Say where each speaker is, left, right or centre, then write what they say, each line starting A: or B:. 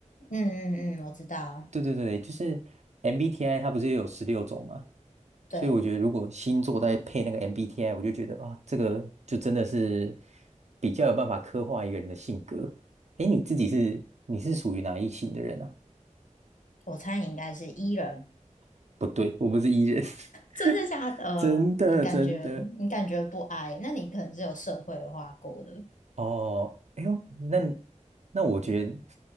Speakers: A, on the left; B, on the right.
A: 嗯嗯嗯，我知道，
B: 对对对，就是 MBTI 它不是有十六种嘛，
A: 对，
B: 所以我觉得如果星座再配那个 MBTI，我就觉得啊，这个就真的是比较有办法刻画一个人的性格。诶，你自己是你是属于哪一型的人啊？
A: 我猜你应该是 E 人，
B: 不对，我们是 E 人，<laughs>
A: 真的假的？
B: 真的真的。
A: 你感觉你感觉不 I，那你可能是有社会化过的。
B: 哦，哎呦，那那我觉得，